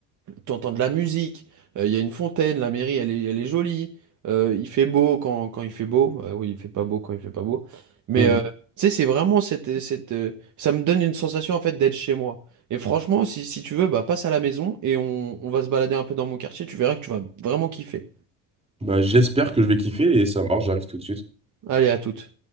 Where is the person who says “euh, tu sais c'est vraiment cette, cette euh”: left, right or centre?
Right